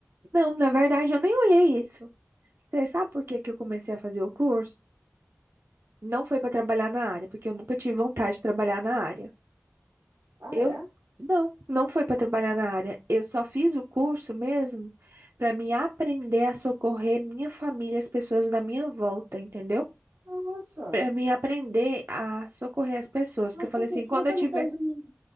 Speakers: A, on the right (about 55°); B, on the right (about 80°).
A: não, na verdade eu nem olhei isso. Você sabe por que que eu comecei a fazer o curso? Não foi para trabalhar na área, porque eu nunca tive vontade de trabalhar na área.
B: Ah,
A: Eu
B: é?
A: não, não foi para trabalhar na área. Eu só fiz o curso mesmo para me aprender a socorrer minha família, e as pessoas da minha volta, entendeu?
B: Nossa.
A: Para me aprender a socorrer as pessoas,
B: Mas
A: que eu falei
B: por
A: assim,
B: que que
A: quando
B: você
A: eu tiver
B: não fez? um-